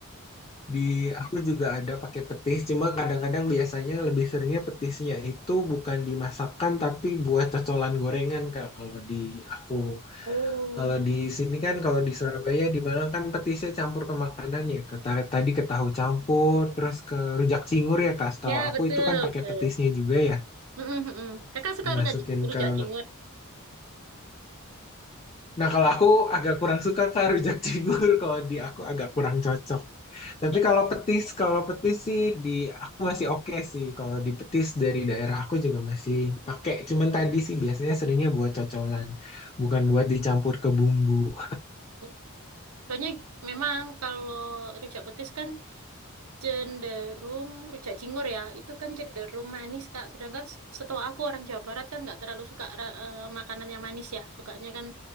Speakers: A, on the left; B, on the right.
A: Di aku juga ada pakai petis, cuma kadang-kadang biasanya lebih seringnya petisnya itu bukan dimasakkan tapi buat cocolan gorengan, Kak. Kalau di aku,
B: Oh.
A: kalau di sini kan kalau di Surabaya di Malang kan petisnya campur ke makanan ya. Ke, ta- tadi ke tahu campur, terus ke rujak cingur ya, Kak. Setahu
B: Ya
A: aku
B: betul
A: itu kan pakai
B: betul.
A: petisnya juga ya,
B: Mm, mm, mm, mm. Kakak suka
A: dimasukin
B: rujak, rujak
A: ke
B: cingur.
A: makanan. Nah, kalau aku agak kurang suka Kak rujak cingur, <laughs> kalau di aku agak kurang cocok. Tapi kalau petis, kalau petis sih di aku masih oke sih. Kalau di petis dari daerah aku juga masih pakai. Cuman tadi sih biasanya seringnya buat cocolan, bukan buat dicampur ke bumbu.
B: <laughs> Soalnya memang kalau rujak petis kan cenderung rujak cingur ya, itu kan cenderung manis Kak. Sedangkan s- setahu aku orang Jawa Barat kan nggak terlalu suka ra- eh, makanan yang manis ya, sukanya kan